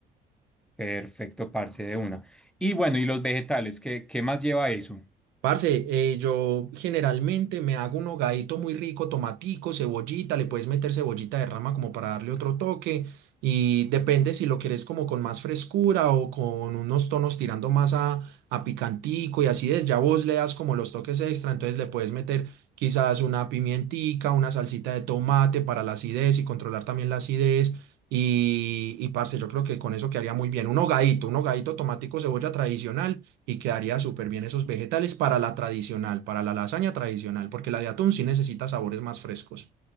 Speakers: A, in the centre; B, on the right.
A: Perfecto, parce de una. Y bueno, ¿y los vegetales? ¿Qué, qué más lleva eso?
B: Parce, eh, yo generalmente me hago un hogadito muy rico, tomatico, cebollita, le puedes meter cebollita de rama como para darle otro toque y depende si lo quieres como con más frescura o con unos tonos tirando más a, a picantico y así es, ya vos le das como los toques extra, entonces le puedes meter quizás una pimientica, una salsita de tomate para la acidez y controlar también la acidez y, y parce, yo creo que con eso quedaría muy bien, un hogadito, un hogadito tomatico, cebolla tradicional y quedaría súper bien esos vegetales para la tradicional, para la lasaña tradicional, porque la de atún sí necesita sabores más frescos.